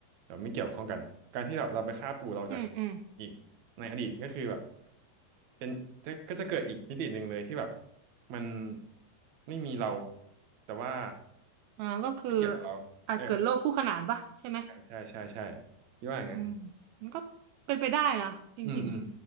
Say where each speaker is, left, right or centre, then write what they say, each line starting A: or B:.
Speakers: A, on the right; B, on the right.
A: แบบไม่เกี่ยวข้องกันการที่เราเราไปฆ่าปู่เราจาก
B: อืมอืม
A: อีกในอดีตก็คือแบบเป็นจะก็จะเกิดอีกมิติหนึ่งเลยที่แบบมันไม่มีเราแต่ว่า
B: อ่าก็คือ
A: ไม่เกี่ยวกับเราเออ
B: อาจเกิดโรคคู่ขนานปะใช่ไหม
A: ใช่ใช่ใช่ใช่คิดว่าอย่างนั้น
B: อืมมันก็เป็นไปได้นะจริง
A: อืมอืม